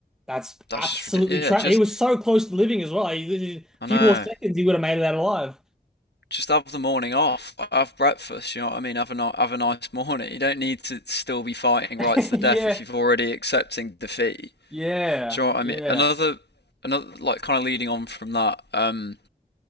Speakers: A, in the centre; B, on the left.
A: that's
B: that's
A: absolutely
B: just ridiculous.
A: tra
B: Yeah, just
A: He was so close to living as well. He-
B: I
A: a few
B: know.
A: more seconds, he would have made it out alive.
B: Just have the morning off. Have breakfast. You know what I mean. Have a ni- have a nice morning. You don't need to still be fighting
A: <laughs>
B: rights to
A: Yeah,
B: death if you've already accepting defeat.
A: yeah,
B: Do you know what I
A: yeah.
B: mean? Another another like kind of leading on from that. Um,